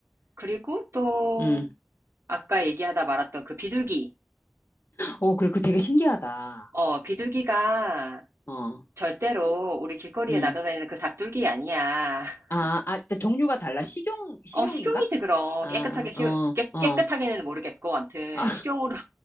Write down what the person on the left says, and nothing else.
음.
오, 그리고 되게 신기하다.
어,
음.
아, 아, 근데 종류가 달라. 식용, 식용인가?
아,
어,
어,
아,